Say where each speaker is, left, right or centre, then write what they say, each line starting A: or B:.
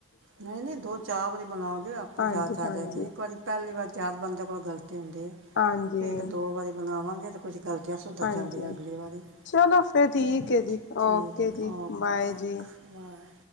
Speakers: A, on the right (about 60°); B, on the left (about 55°).
A: ਨਹੀਂ-ਨਹੀਂ, ਦੋ-ਚਾਹ ਬਾਰੀ ਬਣਾਓਗੇ ਆਪੇ
B: ਹਾਂਜੀ,
A: ਜਾਚ ਆ
B: ਹਾਂਜੀ,
A: ਜਾਏਗੀ। ਇੱਕ ਵਾਰੀ ਪਹਿਲੀ ਵਾਰ ਤਯਾਰ ਬੰਦੋ ਕੋਲ ਗਲ ਹੁੰਦੇ।
B: ਹਾਂਜੀ,
A: ਤੇ ਇੱਕ-ਦੋ ਵਾਰੀ ਬਣਾਵਾਂ ਏ ਤੋ ਕੁਛ ਗਲ ਤਾਂ ਸੁਧਰ
B: ਹਾਂਜੀ
A: ਜਾਂਦਿਂਆਂ ਅਗਲੀ ਵਾਰੀ।
B: ਚਲੋ ਫਿਰ
A: ਠੀਕ।
B: ਹੈ ਜੀ
A: ਠੀਕ
B: ਓਕੇ
A: ਹੈ।
B: ਜੀ
A: ਓਕੇ-ਓਕੋ।
B: ਬਾਏ ਜੀ।
A: ਬਾਏ।